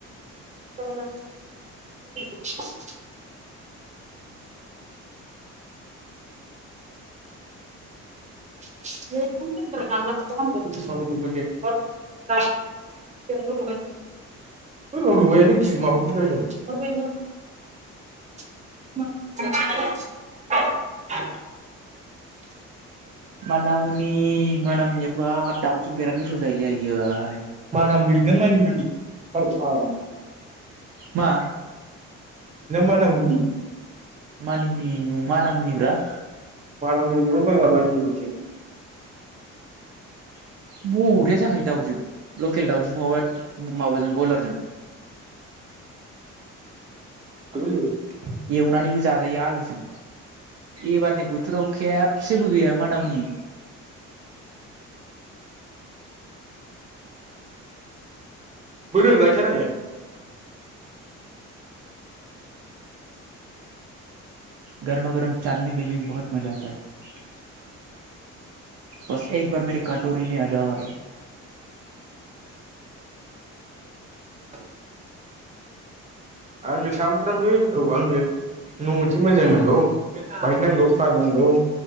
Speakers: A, on the right; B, on the right.
A: <unintelligible> <unintelligible>
B: मानामुनि मानामुनियाबो बाब दाउजों बिराद गोथाव जायोलै आयै
A: मानामुनि ना मानिमुनि मानिमुनि फाग्ला ना
B: मा
A: मानामुनि
B: मानिमुनि नङा मानामुनिब्रा
A: मानामुनि नङा पाग्ला मानिमुनि सो
B: <unintelligible> या जाखायो दाउजों लकेल दाउजों नङाबा माबाजों बयलारजों
A: <unintelligible>
B: एवनानैबो जाजायो आलुजों एबारनि बोथोराव खेबसेबो गैया मानामुनि
A: बोरो लायथारा ए
B: गरमा गरम चाटने मे बि बहत मजा आता हे बाय बास एक बार मेरे कटरि मे आजाय
A: <inaudible> आंनो सानफ्रामबो औ आंनो न मोनसे मोजां नांगौ बाइक नांगौ कार नांगौ।